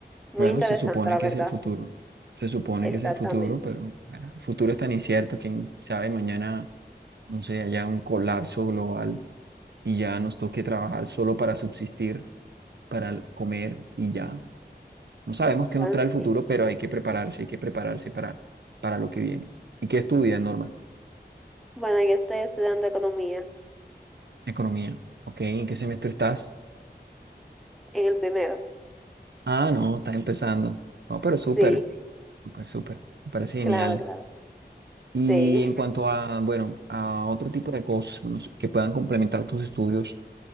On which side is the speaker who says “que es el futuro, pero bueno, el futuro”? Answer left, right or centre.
Right